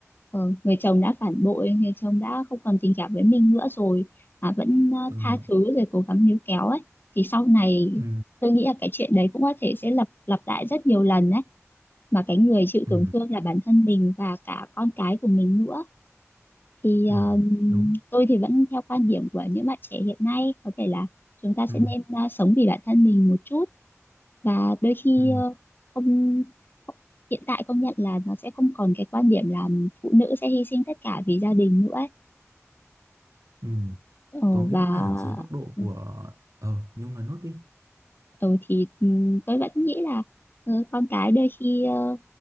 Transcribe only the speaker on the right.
Tường
hiểu
ừ
ừ
ừ
đúng
ừ
ừ
ừ
có nghĩa
là dưới góc độ
của ờ Nhung nói nốt đi